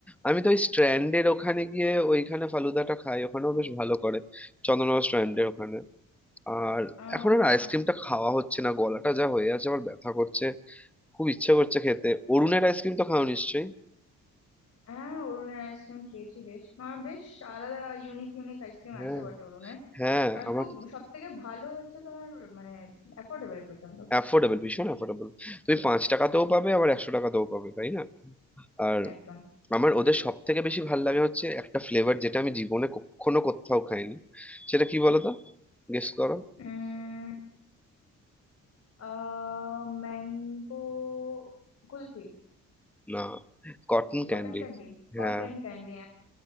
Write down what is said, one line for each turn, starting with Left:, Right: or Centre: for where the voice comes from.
Centre: আমি তো ওই স্ট্র্যান্ডের ওখানে গিয়ে ওইখানে ফালুদাটা খাই ওখানেও বেশ ভালো করে চন্দননগর স্ট্র্যান্ডের ওখানে আর
Left: আহ
Centre: এখন আর আইসক্রিমটা খাওয়া হচ্ছে না গলাটা যা হয়ে আছে আমার ব্যথা করছে খুব ইচ্ছে করছে খেতে অরুণের আইসক্রিম তো খাও নিশ্চয়ই
Left: হ্যাঁ অরুণের আইসক্রিম খেয়েছি বেশ আমার বেশ আলাদা ইউনিক ইউনিক আইসক্রিম
Centre: হ্যাঁ
Left: আছে বটে অরুণের
Centre: হ্যাঁ
Left: আর
Centre: আমার
Left: খুব সব থেকে ভালো হচ্ছে তোমার মানে অ্যাফোর্ডেবল প্রচন্ড
Centre: অ্যাফোর্ডেবল ভীষণ অ্যাফোর্ডেবল তুমি পাঁচ টাকাতেও পাবে আবার একশো টাকাতেও পাবে তাই না আর
Left: একদম
Centre: আমার ওদের সব থেকে বেশি ভাল লাগে হচ্ছে একটা ফ্লেভার যেটা আমি জীবনে কখনো কোথাও খাইনি সেটা কি বলো তো গেস করো
Left: উম আহ mango kulfi
Centre: না কটন ক্যান্ডি
Left: Cotton candy
Centre: হ্যাঁ
Left: Cotton candy